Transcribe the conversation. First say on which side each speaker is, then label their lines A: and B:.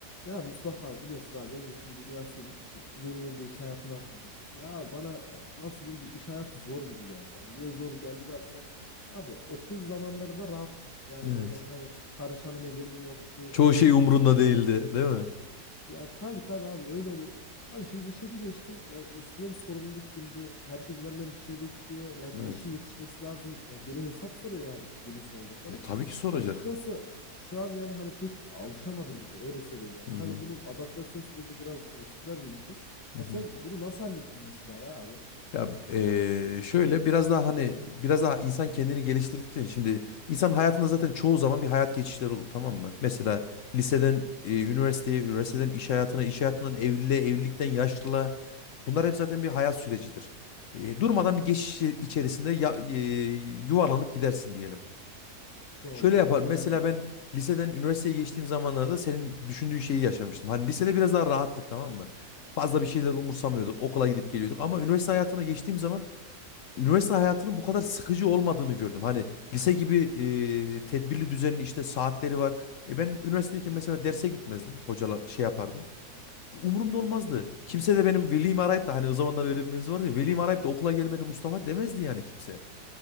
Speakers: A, on the left; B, on the left.
A: Ya Mustafa biliyorsun abi benim de şimdi üniversite bitti. Yeni yeni de iş hayatına atıldım. Ya bana e, nasıl diyeyim bir iş hayatı zor gibi geldi. Yani niye zor geldi dersen abi okul zamanlarında rahattım. Yani
B: Evet.
A: böyle hani karışanım edenim yoktu.
B: Çoğu
A: Bana
B: şey
A: hesap
B: umrunda
A: soran yoktu.
B: değildi, değil mi?
A: Ya tabii tabii abi öyle oluyordu. Abi şimdi işe bir geçtim. Yani üstüme bir sorumluluk bindi. Herkes benden bir şey bekliyor. Yani
B: Evet.
A: bir işin yetişmesi lazım. Yani geliyor hesap soruyor yani günün sonunda sana.
B: E, tabii ki soracak.
A: Açıkçası şu an yani hani pek alışamadım gibi öyle söyleyeyim yani.
B: Hı hı.
A: Tabii bunun adaptasyon süreci biraz e, sürer diye düşünüyorum.
B: Hı
A: Ya
B: hı.
A: sen bunu nasıl hallettin mesela ya abi?
B: Ya eee, şöyle biraz daha hani biraz daha insan kendini geliştirdikçe şimdi insan hayatında zaten çoğu zaman bir hayat geçişleri olur tamam mı? Mesela liseden e, üniversiteye, üniversiteden iş hayatına, iş hayatından evliliğe, evlilikten yaşlılığa bunlar hep zaten bir hayat sürecidir. E, durmadan
A: Doğru.
B: bir geçiş içerisinde ya, e, yuvarlanıp gidersin diyelim.
A: Doğru
B: Şöyle
A: doğru.
B: yapar. Mesela
A: Yani
B: ben liseden üniversiteye geçtiğim zamanlarda senin düşündüğün şeyi yaşamıştım. Hani lisede biraz daha rahattık tamam mı? Fazla bir şeyler
A: Hı hı,
B: umursamıyorduk. Okula gidip geliyorduk. Ama üniversite hayatına geçtiğim zaman üniversite hayatının bu kadar sıkıcı olmadığını gördüm. Hani lise gibi e, tedbirli düzenli işte saatleri var. E ben üniversitedeyken mesela derse gitmezdim. Hocalar şey yapardım.
A: hı hı,
B: Umurumda
A: doğru.
B: olmazdı. Kimse de benim velimi arayıp da hani o zamanlar öyle bir mevzu vardı ya. Velimi arayıp da okula gelmedi Mustafa demezdi yani kimse.